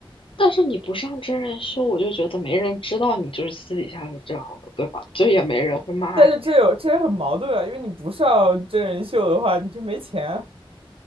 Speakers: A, on the left (about 70°); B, on the right (about 80°).
A: 但是你不上真人秀，我就觉得没人知道你就是私底下是这样的，对吧？就也没人会骂你。
B: 但是这有这也很矛盾啊，因为你不上真人秀的话，你就没钱。